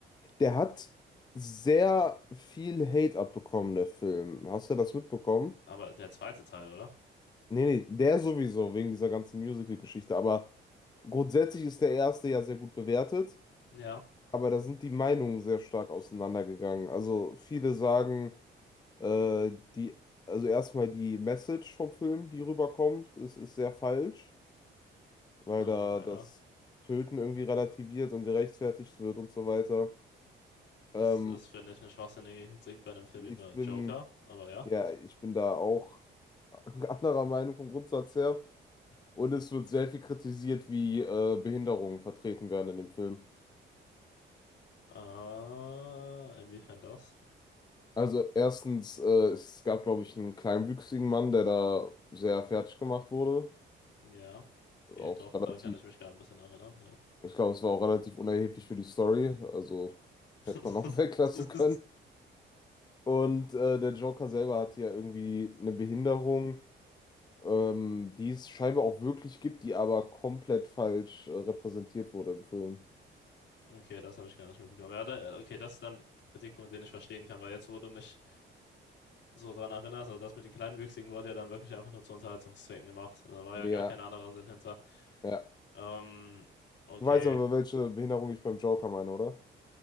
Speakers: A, on the left (about 20°); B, on the left (about 60°).
A: Der hat sehr viel Hate abbekommen, der Film. Hast du das mitbekommen?
B: Aber der zweite Teil, oder?
A: Nee, nee, der sowieso, wegen dieser ganzen Musical-Geschichte. Aber grundsätzlich ist der erste ja sehr gut bewertet.
B: Ja.
A: Aber da sind die Meinungen sehr stark auseinandergegangen. Also viele sagen, Äh, die, also erstmal die Message vom Film, die rüberkommt, ist, ist sehr falsch, weil
B: Ah,
A: da das
B: ja.
A: Töten irgendwie relativiert und gerechtfertigt wird und so weiter.
B: Das
A: Ähm,
B: ist, finde ich, eine schwachsinnige Kritik bei einem Film
A: ich
B: über
A: bin,
B: Joker, aber ja.
A: ja, ich bin da auch <laughs> anderer Meinung vom Grundsatz her. Und es wird sehr viel kritisiert, wie äh, Behinderungen vertreten werden in dem Film.
B: Ah, inwiefern das?
A: Also erstens, äh, es gab, glaube ich, einen kleinwüchsigen Mann, der da sehr fertig gemacht wurde.
B: Ja. Okay,
A: Auch
B: doch,
A: relativ
B: da kann ich mich gerade ein bisschen erinnern, ja.
A: Ich glaube, es war auch relativ unerheblich für die Story, also
B: <laughs>
A: hätte man auch <laughs> weglassen können. Und äh, der Joker selber hatte ja irgendwie eine Behinderung, ähm, die es scheinbar auch wirklich gibt, die aber komplett falsch äh, repräsentiert wurde im Film.
B: Okay, das habe ich gar nicht mitbekommen. Ja, da, okay, das ist dann ein Kritikpunkt, den ich verstehen kann, weil jetzt, wo du mich so dran erinnerst, also das mit den Kleinwüchsigen wurde ja dann wirklich einfach nur zu Unterhaltungszwecken gemacht. Da war
A: Nee,
B: ja gar
A: Ja,
B: kein anderer Sinn hinter.
A: ja.
B: Ähm, okay.
A: Du weißt aber, welche Behinderung ich beim Joker meine, oder?